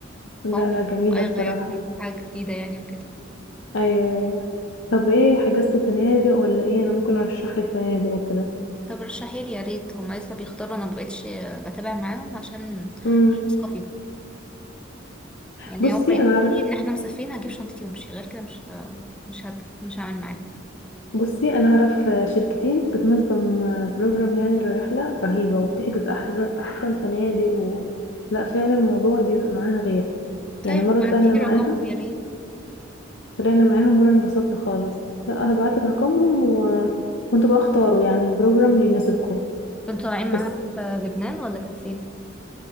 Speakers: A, on the left (about 65°); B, in the centre.
A: لا
B: فهم
A: لا
B: محتاجين
A: جميله
B: بقى
A: بصراحه
B: يغيروا يعملوا حاجة جديدة يعني وكده
A: ايوه طب ايه حجزتوا فنادق ولا ايه انا ممكن ارشح لك فنادق وكده
B: طب رشحيلي يا ريت هما لسه بيختاروا انا مبقتش بتابع معاهم عشان
A: امم
B: مش واثقة فيهم يعني
A: بصي
B: هما يقولوا
A: انا اعرف
B: لي ان احنا مسافرين هجيب شنطتي وامشي غير كده مش مش هت... مش هعمل معاهم
A: بصي انا اعرف شركتين بتنظم بروجرام يعني للرحله رهيبه وبتحجز احلى احسن فنادق و... لا فعلا الموضوع بيبقى معاها غير يعني
B: طيب
A: مره
B: ابعتيلي
A: طلعنا معاها
B: رقمهم يا ريت
A: طلعنا معاهم مره انبسطنا خالص لا هبعت لك رقمهم و... وانتوا بقى اختاروا يعني البروجرام اللي يناسبكم
B: كنتوا طالعين معاهم
A: بس
B: في لبنان ولا كان فين؟